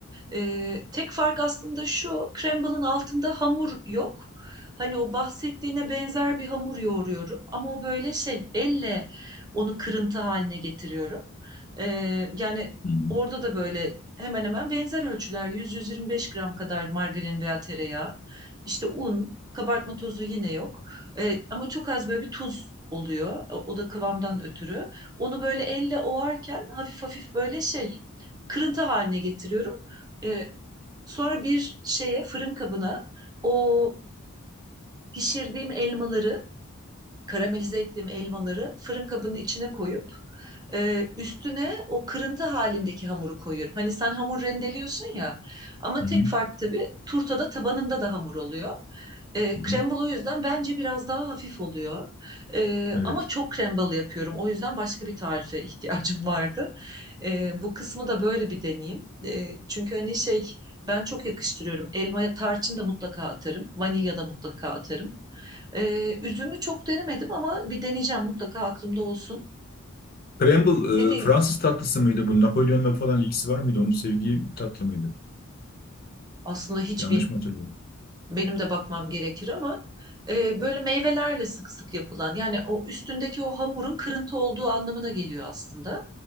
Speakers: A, on the right; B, on the left.
A: Ee, tek fark aslında şu, Crumble'ın altında hamur yok. Hani o bahsettiğine benzer bir hamur yoğuruyorum ama o böyle şey, elle onu kırıntı haline getiriyorum. Ee, yani
B: hmm,
A: orada da böyle hemen hemen benzer ölçüler 100-125 gram kadar margarin veya tereyağı. işte un, kabartma tozu yine yok. Ee, ama çok az böyle bir tuz oluyor. O o da kıvamdan ötürü. Onu böyle elle ovarken hafif hafif böyle şey kırıntı haline getiriyorum. E, sonra bir şeye fırın kabına o pişirdiğim elmaları, karamelize ettiğim elmaları fırın kabının içine koyup e, üstüne o kırıntı halindeki hamuru koyuyorum. Hani sen hamur rendeliyorsun ya ama
B: hmm,
A: tek fark tabii turtada tabanında da hamur oluyor. E,
B: hmm.
A: crumble o yüzden bence biraz daha hafif oluyor. E,
B: Evet.
A: ama çok crumble yapıyorum. O yüzden başka bir tarife <laughs> ihtiyacım vardı. E, bu kısmı da böyle bir deneyeyim. E, çünkü hani şey ben çok yakıştırıyorum. Elma tarçın da mutlaka atarım. Vanilya da mutlaka atarım. E, üzümü çok denemedim ama bir deneyeceğim mutlaka aklımda olsun.
B: Crumble
A: Dediğin
B: e, Fransız tatlısı mıydı bu? Napolyon'la falan ilgisi var mıydı? Onun sevdiği tatlı mıydı?
A: aslında hiç
B: Yanlış mı hatırlıyorum?
A: Benim de bakmam gerekir ama e, böyle meyvelerle sık sık yapılan yani o üstündeki o hamurun kırıntı olduğu anlamına geliyor aslında.